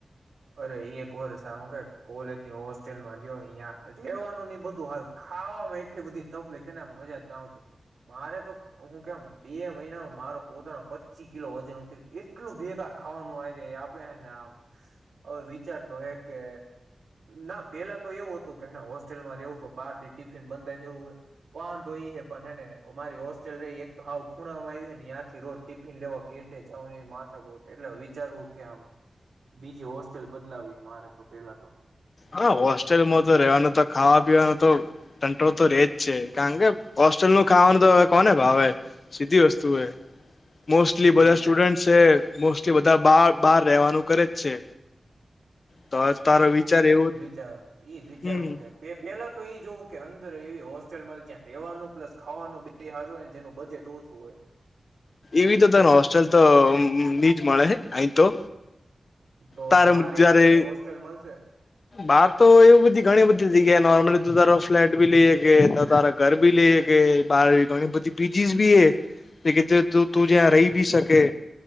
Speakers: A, on the right; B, on the left.
A: અરે એક વરષ આ હું કે કોલેજની હોસ્ટેલમાં જયો ઈયા રેવાનું ને ઈ બધું હારુ ખા ખાવામાં એટલી બધી તપલીક હે ને મજા જ ના આવતી મારે તો હું કેમ બે મહિનામાં મા રો પોતાનો પચી કિલો વજન ઉતરી એટલું બેકાર ખાવાનું આયરા આપે હે ને ના હવે વિચારતો હે કે ના પેલા તો એવું હતું કે હોસ્ટેલમાં રહેવું પણ બારથી ટિફિન બંધાઈ દેવું હે વાંધો ઈ હે પણ હે ને મારી હોસ્ટેલ રહી એક તો હાવ ખૂણામાં આવ્યું છે ને યાંથી રોજ ટિફિન લેવા કે રીતે જાવનું એ માથાકૂટ એટલે વિચારવું કે આમ બીજી હોસ ટેલ બદલાવી હે મારે તો પહેલા તો
B: હા હોસ્ટેલમાં તો રેવાનું તો ખાવા પીવાનું તો તંટ્રો તો રે જ છે કારણ કે હોસ હોસ્ટેલ નું ખાવાનું તો હવે કોને ભાવે સીધી વસ્તુ હે મોસ્ટલી
A: ઈ
B: બધા સ્ટુડન્ટ છે મોસ્ટલી બધા બાર બાર રેવાનું કરે જ છે તો તારો વિચાર એવું
A: ચાર ઈ જ વિચારું
B: હમ
A: કે <inaudible> પેલા તો ઈ જોવું કે અંદર એવી હોસ્ટેલમાં જ્યાં રહેવાનું પ્લસ ખાવાનું બે હારું હોય ને જેનું બજેટ ઓછું હોય
B: એવી તો તને હોસ્ટેલ તો ની જ મળે અહીં તો
A: તો
B: તારે
A: બાર
B: જયારે
A: એવી ક્યાંય હોસ્ટેલ મલશે?
B: બાર તો એવું બધી ઘણી બધી જગ્યા નોર્મલી તું તારો ફ્લેટ ભી લઈ હકે તારા ઘર ભી લઈ હકે બાર ગણી બધી પીજીસ બી હે કે જે તું તું જ્યાં રહી બી શકે.